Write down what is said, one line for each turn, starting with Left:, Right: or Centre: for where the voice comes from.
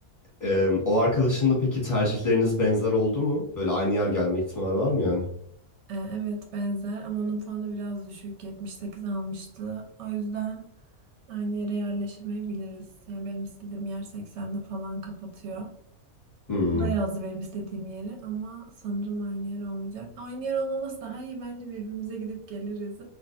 Left: E, o arkadaşın da peki tercihleriniz benzer oldu mu? Böyle aynı yer gelme ihtimali var mı yani?
Right: E, Evet benzer ama onun puanı biraz düşük 78 almıştı. O yüzden aynı yere yerleşemeyebiliriz. Yani benim istediğim yer 80'de falan kapatıyor.
Left: Hmm.
Right: O da yazdı benim istediğim yeri ama sanırım aynı yer olmayacak. Aynı yer olmaması daha iyi bence birbirimize gidip geliriz.